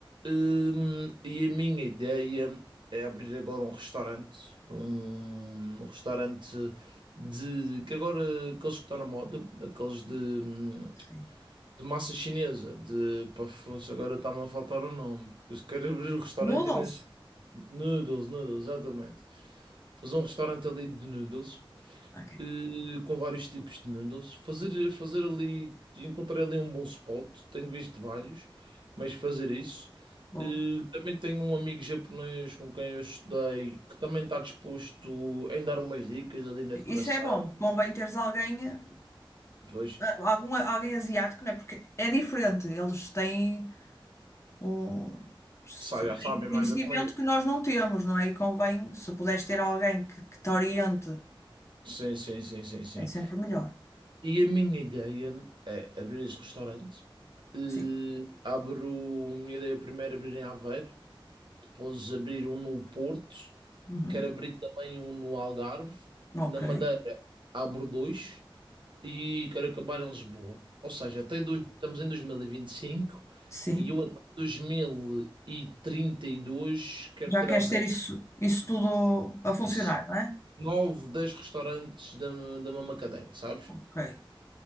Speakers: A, on the right; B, on the left.
A: hum, e a minha ideia é abrir agora um restaurante, um, um restaurante de que agora aqueles que estão na moda, aqueles de, hum,
B: sim.
A: de massa chinesa, de pá, fosse, agora está-me a faltar o nome, porque se quero abrir um restaurante
B: Noodles?
A: e nem sei- noodles, noodles, exatamente. Fazer um restaurante ali de noodles
B: Ok,
A: eh, com vários tipos de noodles. Fazer, fazer ali, encontrar ali um bom spot, tenho visto vários, mas fazer isso.
B: boa.
A: Eh, também tenho um amigo japonês com quem eu estudei que também está disposto em dar umas dicas ali na decoração.
B: Isso é bom, convém teres alguém, eh,
A: Depois
B: algum, alguém asiático, não é? Porque é diferente, eles têm um, se-
A: sa- já
B: têm
A: sabem
B: um conhecimento
A: mais da comida.
B: que nós não temos, não é? E convém, se puderes ter alguém que, que te oriente,
A: Sim, sim, sim, sim, sim.
B: é sempre melhor.
A: E a minha ideia é abrir esse restaurante. Eh,
B: Sim.
A: abro, a minha ideia primeiro é abrir em Aveiro, depois abrir um no Porto
B: Uhum.
A: Quero abrir também um no Algarve.
B: Ok,
A: Na Madeira abro dois e quero acabar em Lisboa. Ou seja, até dois, estamos em 2025 e vinte e cinco
B: sim.
A: e eu até 2032 quero
B: Já
A: ter
B: queres
A: à volta
B: ter isso, isso tudo a funcionar,
A: disso.
B: não é?
A: 9, dez restaurantes da, da mesma cadeia, sabes?
B: Ok.